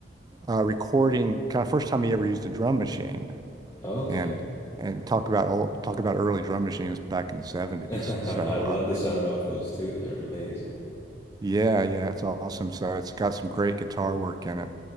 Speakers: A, on the right; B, on the left.
A: uh, recording kind of first time he ever used a drum machine,
B: Okay.
A: and and talk about all talk about early drum machines back in the 70s.
B: <laughs> I
A: So
B: love
A: uh,
B: the sound off those too. They're amazing.
A: yeah, yeah, it's awesome. So it's got some great guitar work in it.